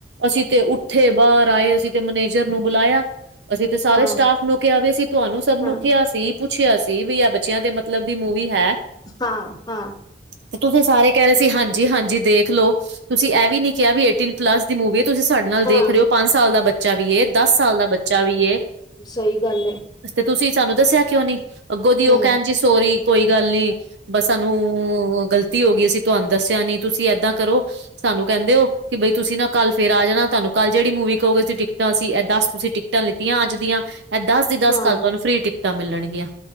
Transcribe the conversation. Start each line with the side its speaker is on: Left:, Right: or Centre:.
Right: ਅਸੀਂ ਤੇ ਉੱਠੇ ਬਾਹਰ ਆਏ ਅਸੀਂ ਤੇ ਮੈਨੇਜਰ ਨੂੰ ਬੁਲਾਇਆ। ਅਸੀਂ ਤੇ ਸਾਰੇ
Left: ਹਾਂ,
Right: ਸਟਾਫ ਨੂੰ ਕਿਹਾ ਵੀ ਸੀਂ ਤੁਹਾਨੂੰ ਸਭ ਨੂੰ
Left: ਹਾਂ,
Right: ਕਿਹਾ ਸੀ ਪੁੱਛਿਆ ਸੀ। ਤੇ ਵੀ ਆ ਬੱਚਿਆਂ ਤੇ ਮਤਲਬ ਵੀ ਮੂਵੀ ਹੈ।
Left: ਹਾਂ ਹਾਂ।
Right: ਤੇ ਤੁਸੀਂ ਸਾਰੇ ਕਹਿ ਰਹੇ ਸੀ ਹਾਂਜੀ ਹਾਂਜੀ ਦੇਖ ਲੋੋ ਤੁਸੀਂ ਇਹ ਵੀ ਨੀ ਕਿਹਾ ਵੀ ਏਟੀਨ ਪਲੱਸ ਦੀ ਮੂਵੀ ਤੁਸੀਂ ਸਾਡੇ ਨਾਲ
Left: ਹਾਂ।
Right: ਦੇਖ ਰਹੇ ਹੋ ਪੰਜ ਸਾਲ ਦਾ ਬੱਚਾ ਵੀ ਏ ਦਸ ਸਾਲ ਦਾ ਬੱਚਾ ਵੀ ਏ।
Left: ਸਹੀ ਗੱਲ ਏ।
Right: ਤੇ ਤੁਸੀਂ ਸਾਨੂੰ ਦੱਸਿਆ ਕਿਉਂ ਨੀ ਅੱਗੋਂ ਦੀ ਉਹ
Left: ਹੂੰ,
Right: ਕਹਿਣ ਜੀ ਸੋਰੀ। ਕੋਈ ਗੱਲ ਨੀ ਬਸ ਸਾਨੂੰ ਗ਼ਲਤੀ ਹੋ ਗਈ ਅਸੀਂ ਤੁਹਾਨੂੰ ਦੱਸਿਆ ਨੀ ਤੁਸੀਂ ਏਦਾਂ ਕਰੋ। ਸਾਨੂੰ ਕਹਿੰਦੇ ਹੋ ਕਿ ਬਈ ਤੁਸੀਂ ਨਾ ਕੱਲ ਫੇਰ ਆ ਜਾਣਾ ਤੁਹਾਨੂੰ ਕੱਲ ਜਿਹੜੀ ਮੂਵੀ ਕਹੋਗੇ ਅਸੀਂ ਟਿਕਟਾਂ ਸੀ ਇਹ ਦੱਸ ਤੁਸੀਂ ਟਿਕ ਟਾਂ ਲਿੱਤੀਆਂ ਅੱਜ ਦੀਆਂ ਏਹ ਦਸ ਦੀ ਦਸ
Left: ਹਾਂ
Right: ਕੱਲ ਤੁਹਾਨੂੰ ਫ੍ਰਰੀ ਟਿਕਟਾਂ ਮਿਲਣਗੀਆਂ।